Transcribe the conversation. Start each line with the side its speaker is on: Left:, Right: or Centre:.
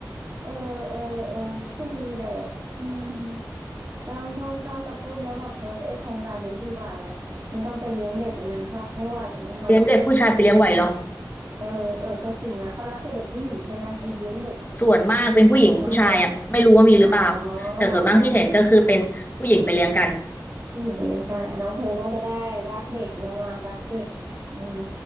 Right: เออเออเออก็ดีแหละอืมต้องต้องต้องกระตุ้นแล้วบอกเพอจะไอโครงการนี้ดีกว่านะไม่ต้องไปเลี้ยงเด็กอันนั้นหรอกไม่ไหวแน่นอน
Left: เลี้ยงเด็กผู้ชายไปเลี้ยงไหวเหรอ
Right: เออเออก็จริงอ่ะเขารับแต่เด็กผู้หญิงใช่ไหมไอเลี้ยงเด็กเนี่ย
Left: ส่วนมากเป็นผู้หญิงผู้ชายอ่ะไม่รู้ว่ามีหรือเปล่า
Right: น้องเธออ๋อ
Left: แต่ส่วนมากที่เห็นก็คือเป็นผู้หญิงไปเลี้ยงกัน
Right: อ๋อ ผู้หญิงในวงการอ่ะน้องเพร์ลน่าจะได้รักเด็กนางงามรักเด็กอืม